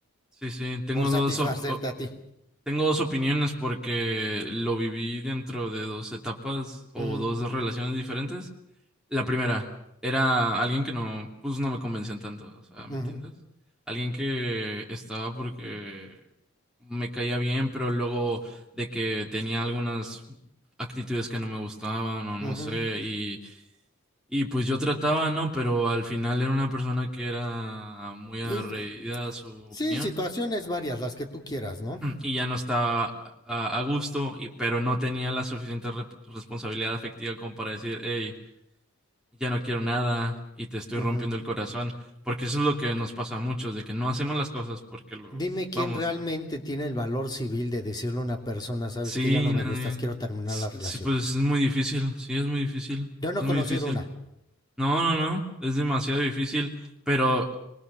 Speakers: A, in the centre; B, on the left.
A: sí, sí, tengo
B: por satisfacerte
A: dos, op-
B: a ti.
A: Tengo dos opiniones porque lo viví dentro de dos etapas o
B: Ujú,
A: dos relaciones diferentes. La primera era alguien que no, pues no me convencía tanto, o sea, ¿me
B: ujú,
A: entiendes? Alguien que estaba porque me caía bien, pero luego de que tenía algunas actitudes que no me gustaban o no
B: ujú.
A: sé, y, y pues yo trataba, ¿no? Pero al final era una persona que era muy arraigada
B: Es-
A: a su
B: Sí,
A: opinión
B: situaciones varias, las que tú quieras, ¿no?
A: y ya no estaba a, a gusto, y, pero no tenía la suficiente re- responsabilidad afectiva como para decir, hey, ya no quiero nada y te estoy
B: Ujú.
A: rompiendo el corazón, porque eso es lo que nos pasa a muchos, de que no hacemos las cosas porque los
B: Dime quién
A: vamos
B: realmente
A: a...
B: tiene el valor civil de decirle a una persona, sabes
A: Sí,
B: que ya no me
A: nadie.
B: gustas, quiero terminar
A: S-
B: la relación.
A: Sí, pues es muy difícil, sí, es muy difícil,
B: Yo no
A: es
B: he conocido
A: muy difícil.
B: una.
A: No, no, no, es demasiado difícil, pero